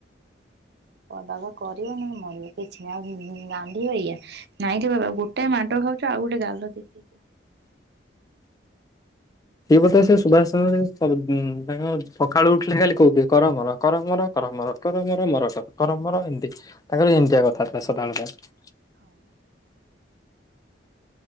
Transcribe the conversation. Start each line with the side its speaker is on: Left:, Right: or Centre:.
Right: ବାବା କରିଆ ନହେଲେ ମରିଆ କିଛି ନାହିଁ ଆଉ ଗାନ୍ଧି ବାଗିଆ ନାଇଁ ରେ ବାବା ଗୋଟେ ଗୋଟାଏ ମାଡ଼ ଖାଉଛୁ ଆଉ ଗୋଟେ ଗାଲ ଦେଖେଇ
Left: ଏଇ କଥା ସିଏ ସୁଭାଷ ଚନ୍ଦ୍ର <unintelligible> ତାଙ୍କ ସଖାଳୁ ଉଠିଲେ ଖାଲି କହୁଥିବେ। କର, ମର କର, ମର। କ କର, ମର, କର, ମର, ମର, କର, ମର, କର ଏମତି। ତାଙ୍କର ଏମତିଆ କଥାବାର୍ତ୍ତା ସଦାବେଳ ପାଇଁ।
Right: ହଁ।